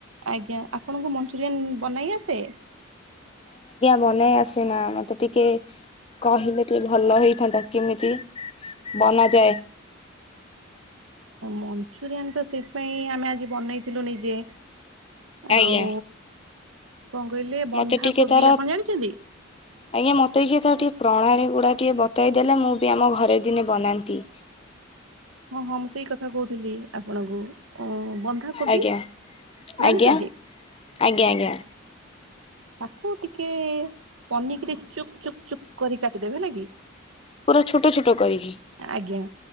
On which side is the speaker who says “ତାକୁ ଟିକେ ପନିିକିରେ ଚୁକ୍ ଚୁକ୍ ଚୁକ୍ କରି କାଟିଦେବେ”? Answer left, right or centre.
Right